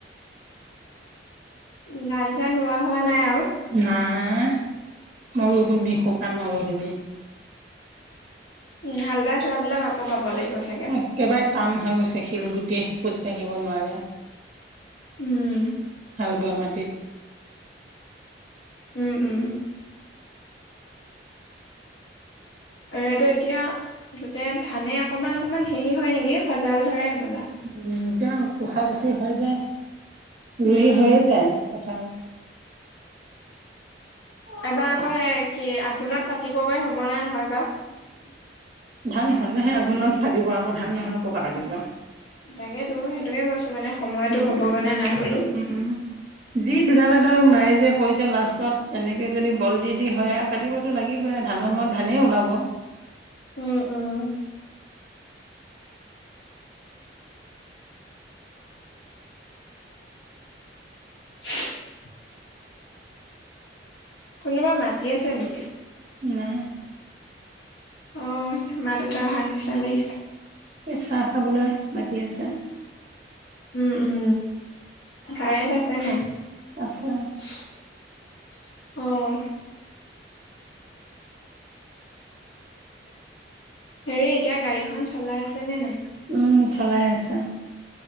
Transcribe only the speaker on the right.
নাই মৰুভূমি শুকান মৰুভূমি।
একেবাৰে টান হৈ গৈছে শিলগুটি খোজ কাঢ়িব নোৱাৰে।
হাল বোৱা মাটিত।
উ এতিয়া কুচা কুচি হৈ যায় ৰুই
হৈয়ে যায় পথাৰত। পথাৰত
ধান হ'লেহে আঘোণত কাটিব আকৌ ধান নহ'লে ক'ৰ পৰা কাটিব।
উম,
উম, উম, যি দুডাল এডাল ৰাইজে কৈছে লাষ্টত এনেকে যদি বল দি-দি হয় আ কাটিবতো লাগিবই ধানৰ সময়ত ধানেই ওলাব।
নাই।
চাহ খাবলৈ মাতি আছে।
আছে।
উম, চলাই আছে।